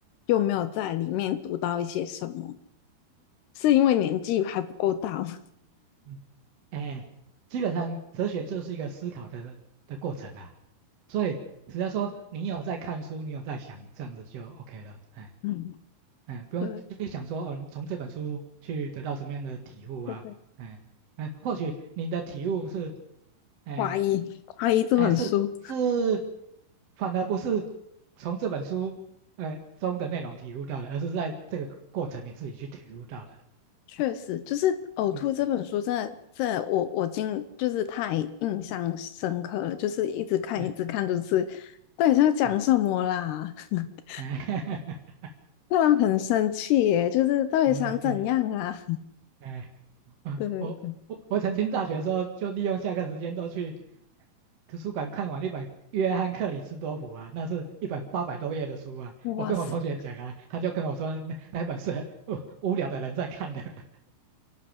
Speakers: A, on the left; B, on the right.
A: 又没有在里面读到一些什么，是因为年纪还不够大吗？
B: 嗯哎，基本上哲学就是一个思考的的过程啊，所以只要说你有在看书，你有在想，这样子就 OK 了，哎
A: 嗯，
B: 哎，不用去想说哦，
A: 对，
B: 你从这本书去得到什么样的体悟啊，
A: 会
B: 哎哎，或许你的体悟是，哎
A: 怀疑怀疑 <laughs> 这本书。
B: 哎是是，反而不是从这本书哎中的内容体悟到的，而是在这个过程你自己去体悟到的，
A: 确实，就是《呕吐》这本书真的，
B: 嗯嗯，
A: 真的，我我今就是太印象深刻了，就是一直看一直看，
B: 哎
A: 就是到底是要讲什么啦？
B: 哎
A: <laughs>
B: 哎
A: 让人很生气耶，就是到底想怎样啊？
B: <laughs>，OK。哎，啊啊我我我曾经大学的时候就利用下课时间都去
A: <laughs> 对对对，
B: 图书馆看完一本《约翰克里斯多普》啊，那是一本八百多页的书啊。
A: 哇塞，
B: 我跟我同学讲啊，他就跟我说那那本是无无聊的人在看的。<laughs>